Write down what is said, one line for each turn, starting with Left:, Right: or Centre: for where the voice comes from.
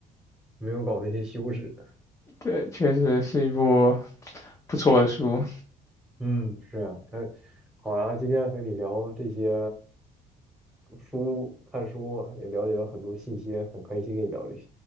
Centre: 没有搞那些修饰。
Left: 对，确实是一部不错的书。
Centre: 嗯，是呀，他好呀，今天和你聊这些书，看书也了解了很多信息，很开心跟你聊这些。